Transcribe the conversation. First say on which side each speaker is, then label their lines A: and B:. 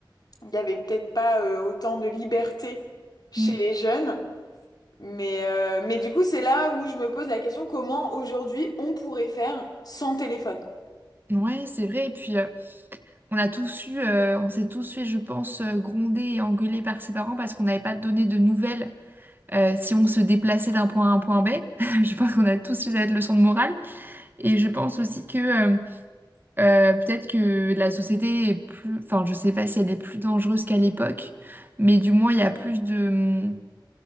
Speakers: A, on the left; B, on the right.
A: il n'y avait peut-être pas euh, autant de liberté chez
B: Mm.
A: les jeunes, mais, euh, mais du coup, c'est là où je me pose la question, comment aujourd'hui on pourrait faire sans téléphone?
B: Ouais, c'est vrai. Et puis, euh, on a tous eu, euh, on s'est tous fait, je pense, euh, gronder et engueuler par ses parents parce qu'on n'avait pas donné de nouvelles euh, si on se déplaçait d'un point A à un point B. <laughs> Je pense qu'on a tous eu cette leçon de morale. Et je pense aussi que euh, euh, peut-être que la société est plus, enfin, je sais pas si elle est plus dangereuse qu'à l'époque, mais du moins, il y a plus de.